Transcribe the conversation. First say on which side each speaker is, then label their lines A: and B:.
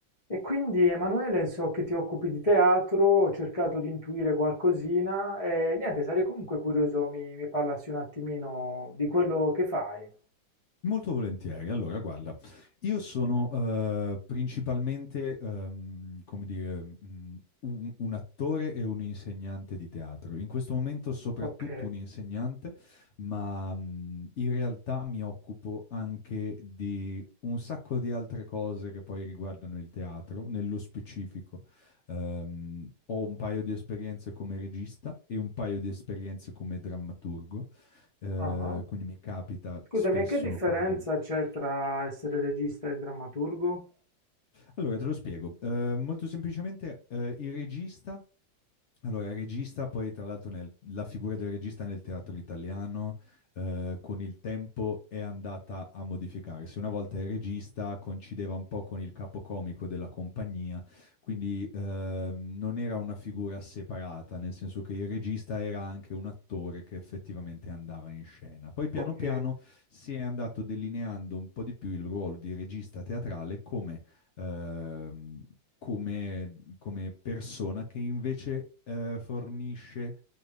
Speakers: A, on the left; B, on the left.
A: E quindi Emanuele, so che ti occupi di teatro, ho cercato di intuire qualcosina e niente, sarei comunque curioso, mi, mi parlassi un attimino di quello che fai.
B: Molto volentieri. Allora, guarda, io sono eh, principalmente, ehm, come dire, mh, un, un attore e un insegnante di teatro. In questo momento soprattutto
A: Ok.
B: un insegnante, ma mh, in realtà mi occupo anche di un sacco di altre cose che poi riguardano il teatro, nello specifico. ehm, ho un paio di esperienze come regista e un paio di esperienze come drammaturgo eh,
A: ah.
B: quindi mi capita
A: Scusami,
B: spesso,
A: e che differenza
B: come dire,
A: c'è tra essere regista e drammaturgo?
B: Allora, te lo spiego. Eh, molto semplicemente, eh, il regista, allora, il regista, poi tra l'altro nel- la figura del regista nel teatro italiano eh, con il tempo è andata a modificarsi. Una volta il regista coincideva un po' con il capocomico della compagnia, quindi ehm, non era una figura separata, nel senso che il regista era anche un attore che effettivamente andava in scena. Poi piano
A: Ok.
B: piano si è andato delineando un po' di più il ruolo di regista teatrale come ehm, come, come persona che invece eh, fornisce